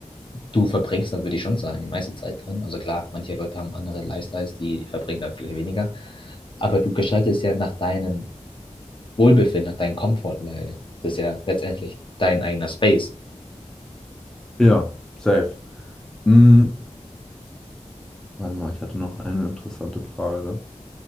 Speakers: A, on the left; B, in the centre.
A: Du verbringst dann, würde ich schon sagen, die meiste Zeit drin. Also klar, manche Leute haben andere Lifestyles, die verbringen dann vielleicht weniger. Aber du gestaltest ja nach deinem Wohlbefinden, nach deinem Komfort, weil das ist ja letztendlich dein eigener Space.
B: Ja, safe. Hm, warte mal, ich hatte noch eine interessante Frage.